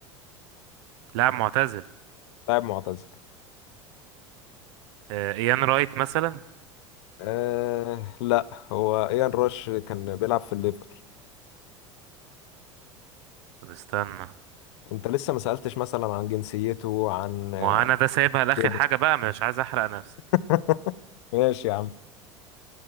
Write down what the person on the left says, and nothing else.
لاعب معتزل
أه لا هو ايان روش كان بيلعب في الليفر
انت لسه ما سألتش مثلا عن جنسيته عن آه،
كده
<laughs> ماشي يا عم